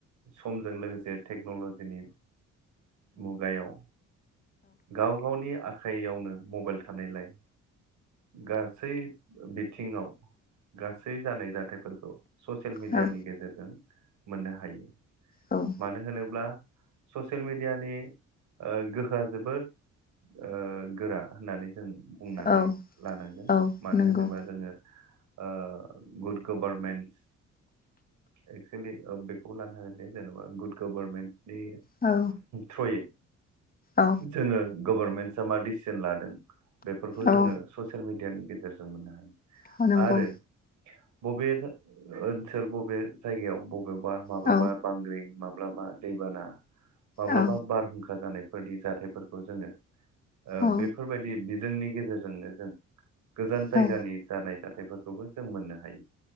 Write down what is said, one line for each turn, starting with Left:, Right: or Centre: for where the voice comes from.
Right: समजों लोगोसे टेक्न'ल'जिनि मुगायाव गाव गावनि आखाइयावनो मबाइल थानायलाय गासै बि बिथिङाव गासै जानाय जाथायफोरखौ ससियेल मेडियानि
Left: औ
Right: गेजेरजों मोननो हायो
Left: औ
Right: मानो होनोब्ला ससियेल मिडियानि ओ गोहोआ जोबोद ओ गोरा होननानै जों बुंनानै
Left: औ
Right: लानांगोन
Left: औ
Right: मानो
Left: नंगौ
Right: होनोबा जोङो ओ गुद गभर्मेन्त एक्सुेलि बेखौ लानो हागोन दे जेनेबा गुड गभारमेन्स बे
Left: औ
Right: थ्रयो
Left: औ
Right: जोङो गभर्नमेन्टसा मा जोन लादों बेफोरखौ
Left: औ
Right: जोङो ससियेल मिडिया मिडियानि गेजेरजों मोननो हायो।
Left: ह नंगौ
Right: आरो बबे ओ ओनसोल बबे जायगायाव बबे बबेबा माब्लाबा
Left: औ
Right: बांग्रिं माब माब्ला मा दैबाना माब्लाबा
Left: औ
Right: बारहुंखा जानाय फोरनि जाथायफोरखौ जोङो ओ
Left: औ
Right: बेफोरबायदि। जोंनि गेजेरजोंनो जों गोजान जायगानि
Left: औ
Right: जानाय जाथायफोरखौबो जों मोननो हायो।